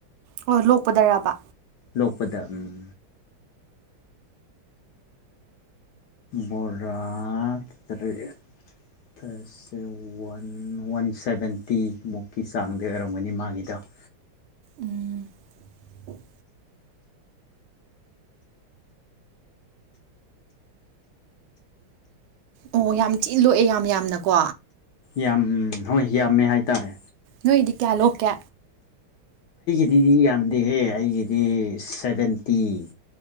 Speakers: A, on the right (about 80°); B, on the left (about 70°).
A: ꯑꯣ ꯂꯣꯛꯄꯗꯔꯕ
B: ꯂꯣꯛꯄꯗ ꯎꯝ ꯕꯣꯔꯥ ꯇꯔꯦꯠ ꯊꯁꯁꯦ ꯋꯥꯟ ꯋꯥꯟ ꯁꯚꯦꯟꯇꯤ ꯃꯨꯛꯀꯤ ꯆꯥꯡꯗ ꯑꯣꯏꯔꯝꯒꯅꯤ ꯃꯥꯒꯤꯗꯣ <inaudible>
A: ꯎ <inaudible> ꯑꯣ ꯌꯥꯝ ꯊꯤꯅ ꯂꯣꯛꯑꯦ ꯌꯥꯝ ꯌꯥꯝꯅꯀꯣ
B: ꯌꯥꯝ ꯍꯣꯏ ꯌꯥꯝꯃꯦ ꯍꯥꯏꯇꯥꯔꯦ
A: ꯅꯣꯏꯗꯤ ꯀꯌꯥꯂꯣꯀꯦ
B: ꯗꯤ ꯌꯥꯝꯗꯦꯍꯦ ꯑꯩꯒꯤꯗꯤ ꯁꯚꯦꯟꯇꯤ